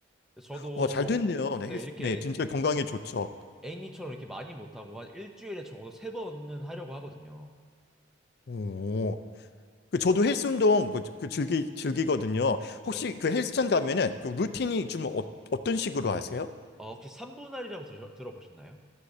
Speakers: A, in the centre; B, on the left.
A: 근데 저도
B: 어, 잘 됐네요. 네,
A: 네,
B: 헬스,
A: 이렇게
B: 네, 진짜 건강에 좋죠.
A: 애니처럼 이렇게 많이 못하고 한 일주일에 적어도 세 번은 하려고 하거든요.
B: 오, 그 저도 헬스 운동 그, 그 즐기 즐기거든요. 혹시
A: 네.
B: 그 헬스장 가면은 그 루틴이 좀 어, 어떤 식으로 하세요?
A: 아, 혹시 삼분할이라고 들어, 들어보셨나요?